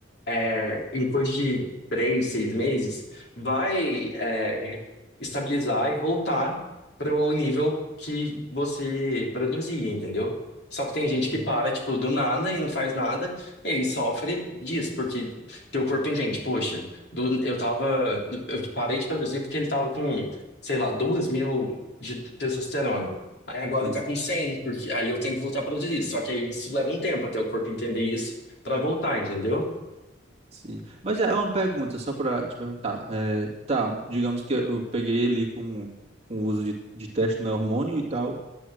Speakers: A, on the left; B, on the right.
A: é, em coisa de três, seis meses, vai, é, estabilizar e voltar para o nível que você produzia, entendeu? Só que tem gente que
B: uhum.
A: para, tipo, do nada e não faz nada, e aí sofre disso, porque teu corpo entende, poxa, do- eu tava, eu parei de produzir porque ele tava com, sei lá, duas mil de testosterona. Aí agora
B: Sim,
A: tá com 100 porque aí eu tenho que voltar a produzir. Só que aí isso leva um tempo até o corpo entender isso pra voltar, entendeu?
B: sim. Mas é uma pergunta, só para te perguntar. É, tá, digamos que eu peguei ele com, com o uso de, de teste no hormônio e tal,